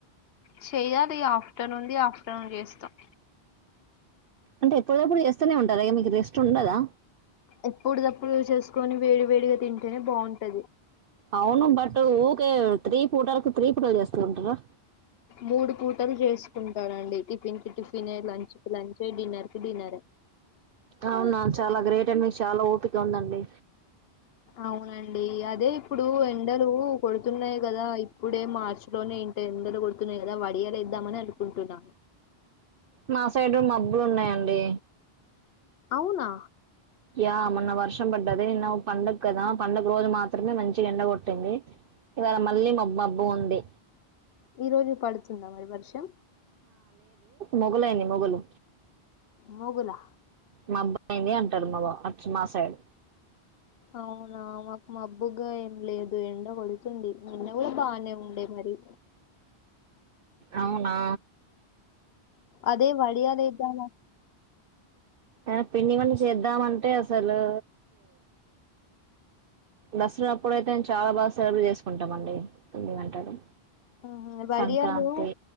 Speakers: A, on the left (about 70°); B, on the right (about 60°).
A: చెయ్యాలి ఆఫ్టర్నూన్ది ఆఫ్టర్ <inaudible> చేస్తాం
B: అంటే ఎప్పుడుప్పుడు చేస్తూనే ఉంటారు అ మీకు రెస్ట్ ఉండదా
A: ఎప్పుడు తప్పుడు చేసుకొని వేడి వేడిగా తింటేనే బావుంటది
B: అవును బట్ ఊరికే త్రీ పూటలకు త్రీ పూటలు చేస్తూ ఉంటారా
A: మూడు పూటలు చేసుకుంటానండి టిఫిన్ కి టిఫిన్ లంచ కి లంచ్ డిన్నర్ కి డిన్నర్
B: అవునా చాలా గ్రేట్ అండి మీకు చాలా ఓపిక తు ఉందండి
A: అవునండి అదే ఇప్పుడు ఎండలు కొడుతున్నాయి కదా ఇప్పుడే మార్చి లోనే ఇంత ఎండలు కొడుతున్నాయి కదా వడియాల ఏద్దామని అనుకుంటున్నాను
B: మా సైడ్ మబ్బులు ఉన్నాయండి
A: అవునా
B: యా మొన్న వర్షం పడ్డది నిన్న పండగ కదా పండగ రోజు మాత్రమే మంచి ఎండ కొట్టింది ఇవాళ మళ్ళీ మబ్బ బావుంది
A: ఈ రోజు పడుతుందా మరి వర్షం
B: మోగలు అయింది మోగలు
A: మొగల
B: మాబ్బాయింది అంటారు మాబ మా సైడ్
A: అవునా మాకు మాబ్బుగా ఏం లేదు ఎండ కొడుతుంది నిన్న కూడా బానే ఉండేయి మరి
B: అవునా
A: అదే వడియాలు లేద్దాం మ
B: ఆ పిండి వంట చేద్దామంటే అసలు దసరా అప్పుడు అయితే చాలా బాగా సెలబ్రేట్ చేసుకుంటాము అండి పిండి వంటలు
A: ఆహా వడియాలు
B: సంక్రాంతి